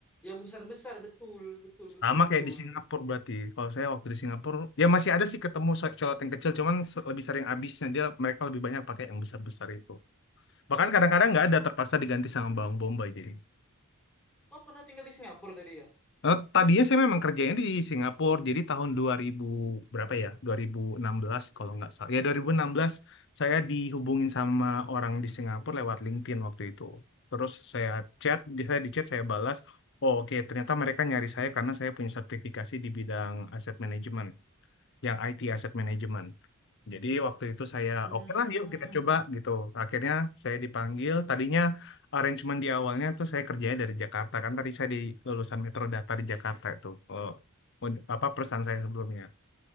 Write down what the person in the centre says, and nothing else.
yang besar-besar betul, betul, betul,
betul.
Oh,
oh,
oh pernah tinggal di Singapura tadi ya?
Hmm.